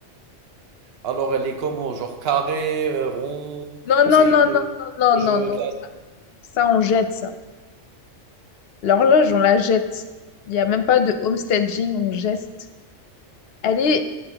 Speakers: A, on the right; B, on the left.
A: Alors elle est comment? Genre carré, heu, rond?
B: Non, non,
A: C'est
B: non,
A: une,
B: non,
A: heu,
B: non, non,
A: horloge,
B: non, non.
A: classique?
B: Ça, on jette ça. L'horloge, on la jette. Il n'y a même pas de homestaging, on geste. Elle est...